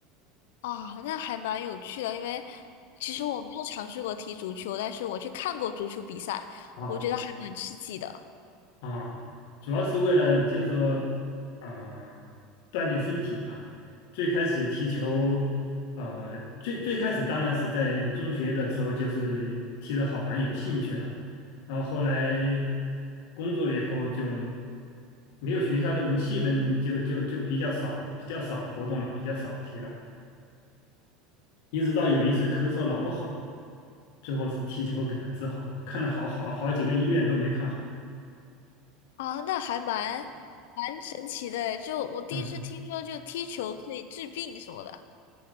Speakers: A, on the left; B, on the left.
A: 啊，那还蛮有趣的，因为其实我没有尝试过踢足球，但是我去看过足球比赛，
B: 啊。
A: 我觉得还蛮刺激的
B: 啊，主要是为了就是说，呃，锻炼身体吧。最开始踢球，呃，最最开始当然是在中学的时候，就是踢着好玩，有兴趣了。然后后来工作了以后，就没有学校那种气氛就，就就比较少，比较少活动了，比较少踢了。一直到有一次咳嗽老不好，最后是踢球给他治好的，看了好好好几个医院都没看好。
A: 啊，那还蛮蛮神奇的诶，就我第一次听说就踢球可以治病什么的。
B: 嗯。